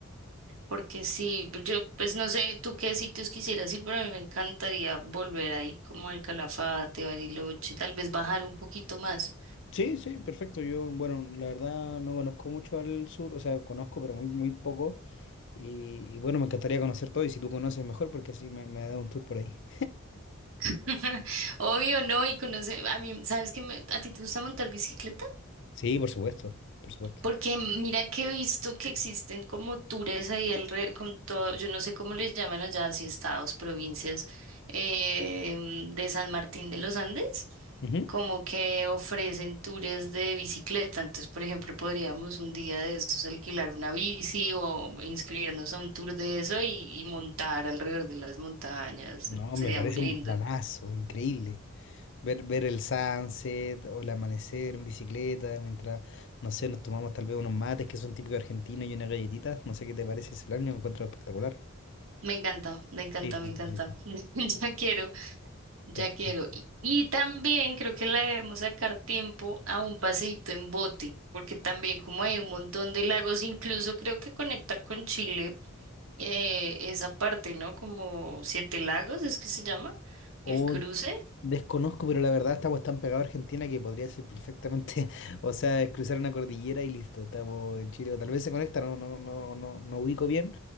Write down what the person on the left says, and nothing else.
Sí, sí, perfecto. Yo, bueno, la verdad no conozco mucho al sur, o sea, conozco, pero muy, muy poco. Y, y bueno, me encantaría conocer todo y si tú conoces mejor, porque así me, me da un tour por ahí.
Sí, por supuesto, por supuesto.
Ujú.
No,
me parece
un planazo, increíble. Ver, ver el sunset o el amanecer en bicicleta, mientras, no sé, nos tomamos tal vez unos mates que son típicos argentinos y unas galletitas. No sé qué te parece ese plan, yo lo encuentro espectacular.
Sí, sí,
sí, sí.
Perfecto.
O
desconozco, pero la verdad estamos tan pegados a Argentina que podría ser perfectamente, <laughs> o sea, es cruzar una cordillera y listo, estamos en Chile, o tal vez se conecta, no, no, no, no, no ubico bien,